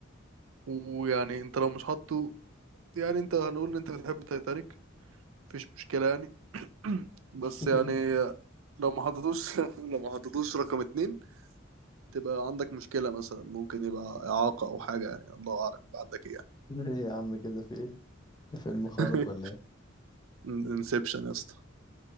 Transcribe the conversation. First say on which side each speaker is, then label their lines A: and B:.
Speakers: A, on the right; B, on the left.
A: ويعني انت لو مش حاطه يعني انت هنقول ان انت بتحب تايتانيك مفيش مشكلة يعني <clears throat> بس
B: <laughs>
A: يعني لو ما حطيتوش <laughs> لو ما حطيتوش رقم اتنين تبقى عندك مشكلة مثلا ممكن يبقى إعاقة أو حاجة يعني الله أعلم يبقى عندك إيه
B: ايه يا عم كده في ايه ده فيلم خارق
A: يعني
B: ولا ايه
A: <laughs> انسبشن يا اسطى